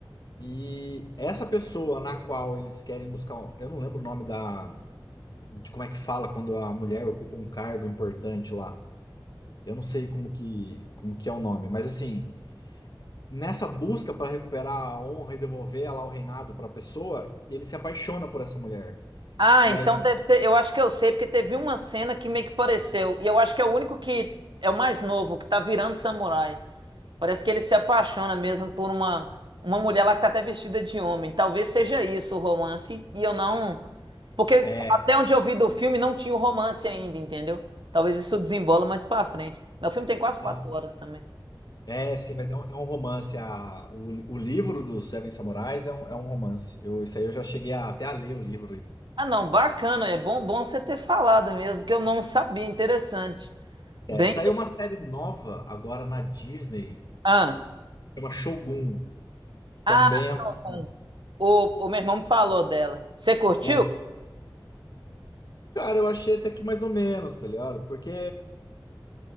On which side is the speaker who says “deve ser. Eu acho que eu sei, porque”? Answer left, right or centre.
Right